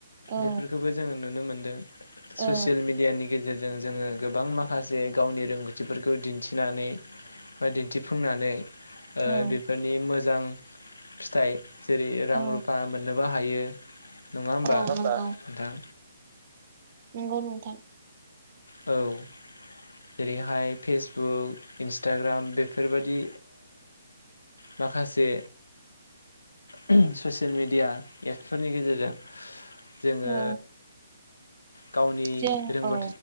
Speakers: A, on the right; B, on the left.
A: औ
B: बेफोरखौबो जोङो नुनो मोनदों ससियेल
A: औ
B: मिडियानि। गेजेरजों जोङो गोबां माखासे गावनि रोंगौथिफोरखौ दिन्थिनानै। बा दिन्थिफुंनानै
A: औ
B: बेफोरनि मोजां फिथाइ जेरै रां
A: औ
B: रुफा मोननोबो हायो। नङा होमबा
A: औ औ औ
B: नोंथां
A: नंगौ नोंथां।
B: औ। जेरैहाय फेसबुक इन्सटाग्राम बेफोर बायदि माखासे ससियेल मिडिया एपफोरनि गेजेरजों जोङो
A: औ
B: गावनि
A: जों
B: रोंगौ
A: औ